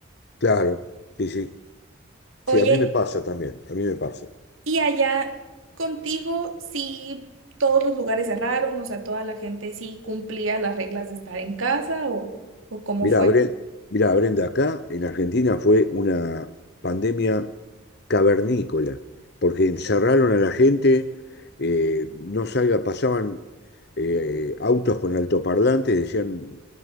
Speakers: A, on the left; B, on the right.
A: Claro, sí, sí,
B: Oye,
A: sí, a mí me pasa también, a mí me pasa.
B: Y allá contigo, sí, todos los lugares cerraron, o sea, toda la gente sí cumplía las reglas de estar en casa o, o cómo
A: Mirá,
B: fue.
A: Brenda, mirá, Brenda, acá en Argentina fue una pandemia cavernícola, porque encerraron a la gente, eh, no salga, pasaban eh, autos con altoparlantes, decían,